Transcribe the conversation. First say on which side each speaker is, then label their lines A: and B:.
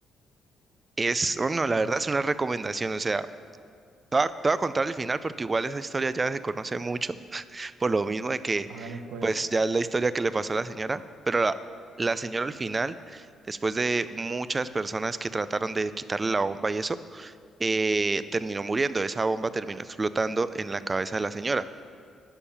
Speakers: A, on the right; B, on the right.
A: Es, oh, no, la
B: Uf,
A: verdad es una recomendación, o sea, te voy a, te voy a contar el final porque igual esa historia ya se conoce mucho, por lo mismo de que,
B: hágale pues.
A: pues ya es la historia que le pasó a la señora, pero la, la señora al final, después de muchas personas que trataron de quitarle la bomba y eso, eh, terminó muriendo, esa bomba terminó explotando en la cabeza de la señora.